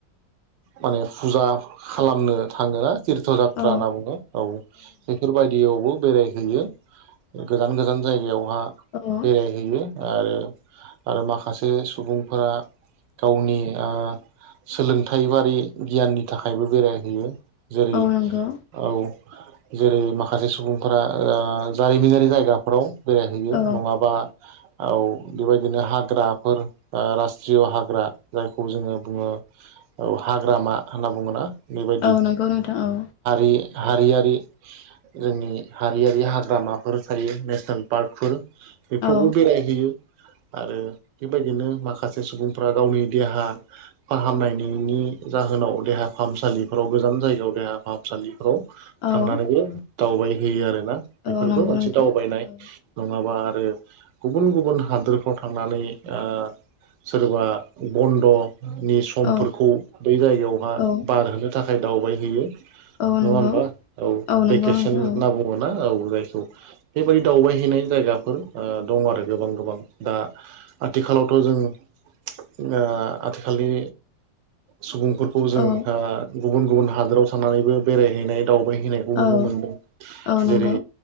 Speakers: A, on the right (about 80°); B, on the left (about 70°).
A: माने फुजा खालामनो थाङोना तिर
B: औ
A: बाथ्रा होनना बुङो औ बेफोरबायदियावबो बेरायहैयो गोजान गोजान जायगायाव। बा
B: औ
A: बेरायहैयो आरो आरो माखासे सुबुंफोरा गावनि ओ सोलोंथाइ बारि गियाननि थाखायबो बेरायहैयो। जेरै
B: औ नंगौ
A: औ जेरै माखासे सुबुंफोरा ओ जारिमिनारि जायगाफ्राव। बेरायहैयो
B: औ
A: नङाबा औ बेबायदिनो हाग्राफोर ओ राास्ट्रिय' हाग्रा जायखौ जोङो बुङो औ हाग्रामा होनना बुङोना बेबायदि
B: औ नंगौ नोंथां औ
A: हारियारि जोंनि हारियारि हाग्रामाफोर थायो नेसनेल पार्कफोर बेफ्रावबो
B: औ
A: बेरायहैयो आरो बेबायदिनो माखासे सुबुंफ्रा गावनि देहा फाहामनायनि नि जाहोनाव देहा फाहामसालिफोराव गोजान जायगायाव देहा फाहामसालिफ्राव
B: औ
A: थांनानै दावबायहैयो आरो
B: औ
A: बेफोरबो
B: नंगौ
A: मोनसे
B: नोंथां
A: दावबायनाय
B: औ
A: नङाबा ओ गुबुन गुबुन हादोरफ्राव थांनानै ओ सोरबा बन्द' नि समफोरखौ
B: औ
A: बै जायगायावहा
B: औ
A: बारहोनो थाखाय दावबायहैयो। नङा
B: औ नंगौ
A: होमबा औ
B: नंगौ
A: भेकेसन
B: नोंथां
A: होनना
B: औ
A: बुङो ना औ जायखौ बेबायदि दावबायहैनाय जायगाफोर ओ दं आरो गोबां गोबां दा आथिखालावथ' जों ओ आथिखालनि सुबुंफोरखौ जों
B: औ
A: ओ गुबुन गुबुन हादोराव थानानैबो बेरायहैनाय दाव हैनायखौ नुनो
B: औ
A: मोनदों
B: औ नंगौ
A: जेरै